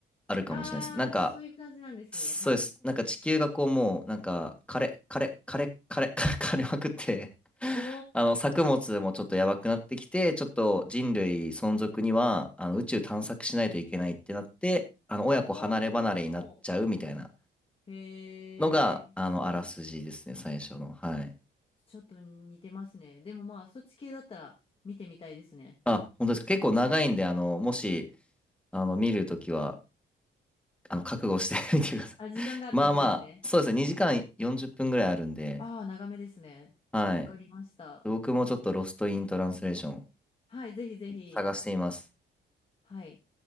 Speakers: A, in the centre; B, on the left (about 30°).
A: あるかもしれないです。
B: ああ、
A: なんか、
B: そういう感じなんですね。
A: そうです。
B: はい。
A: なんか地球がこうもう、なんか枯れ、枯れ、枯れ、枯れ、<laughs> 枯れまくって <laughs>
B: お
A: あの、作物もちょっとやばくなってきて、
B: ー。
A: ちょっと人類存続には、あの、宇宙探索しないといけないってなって、あの、親子離れ離れになっちゃうみたいな
B: ほうほうほう。へえ。
A: のが、あの、あらすじですね、最初の。はい。
B: ちょっと似てますね。でもまあ、そっち系だったら見てみたいですね。
A: あ、本当ですか。結構長いんで、あの、もし、あの、見るときは、あの、覚悟して <laughs> みてください。
B: あ、時間がある時ですね。
A: <laughs> まあまあ、そうですね、2時間40分ぐらいあるんで、
B: ああ、長めですね。
A: はい。
B: わかりました。
A: 僕もちょっとロストイントランスレーション
B: はい、ぜひぜひ。
A: 探しています。
B: はい。